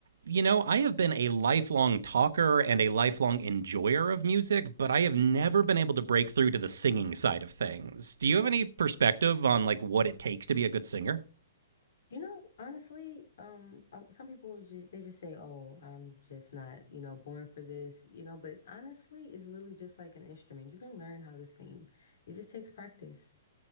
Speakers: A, on the right; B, on the left.
A: You know, I have been a lifelong talker and a lifelong enjoyer of music, but I have never been able to break through to the singing side of things. Do you have any perspective on like what it takes to be a good singer?
B: You know, honestly, um, uh, some people just, they just say, "Oh, I'm just not, you know, born for this," you know. But honestly, it's literally just like an instrument. You can learn how to sing. It just takes practice.